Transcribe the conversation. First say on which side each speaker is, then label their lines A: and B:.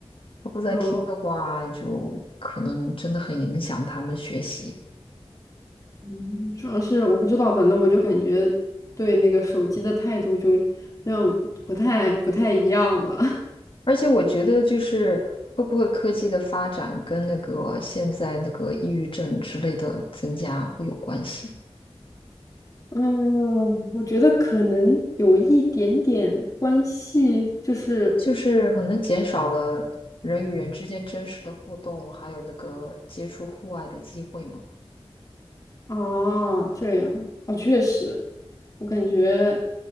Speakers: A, on the left; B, on the left.
A: 他不在听的话，
B: <laughs> 然后
A: 就可能真的很影响他们学习。
B: 嗯，<laughs> 主要是我不知道，反正我就感觉对那个手机的态度就那样不太不太一样了。
A: 而且我觉得，就是会不会科技的发展跟那个现在那个抑郁症之类的增加会有关系。
B: 嗯，我觉得可能有一点点关系，就是
A: 就是可能减少了人与人之间真实的互动，还有那个接触户外的机会嘛。
B: 啊，这样哦，确实，我感觉